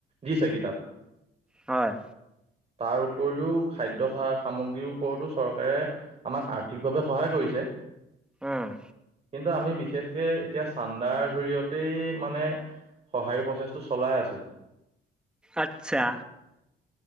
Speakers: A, on the right; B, in the centre.
A: দিছে কিতাপ।
B: হয়
A: তাৰ উপৰিও খাদ্য-সামগ্ৰীৰ ওপৰতো চৰকাৰে আমাক আৰ্থিকভাৱে সহায় কৰিছে।
B: উম
A: কিন্তু আমি বিশেষকে এতিয়া চান্দাৰ জৰিয়তেই মানে সঁহাৰি প্ৰচেছটো চলাই আছো।
B: আচ্ছা